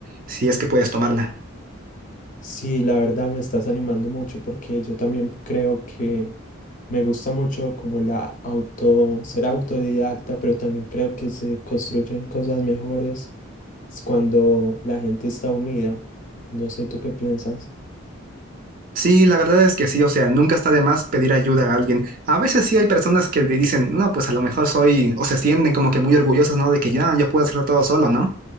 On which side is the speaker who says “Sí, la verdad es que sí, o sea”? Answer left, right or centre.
Right